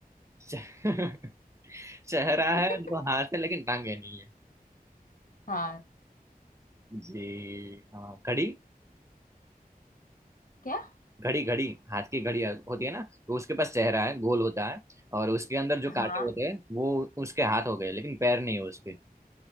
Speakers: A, on the right (about 20°); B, on the left (about 60°).
A: च- <laughs> चेहरा
B: <laughs>
A: है जो हाथ है लेकिन टांगे नहीं है
B: हाँ
A: जी हाँ घड़ी
B: क्या
A: घड़ी घड़ी हाथ की घड़ी होती है ना तो उसके पास चेहरा है गोल होता है और उसके अंदर जो
B: हाँ
A: कांटे होते हैं वो उसके हाथ हो गए लेकिन पैर नहीं है उसके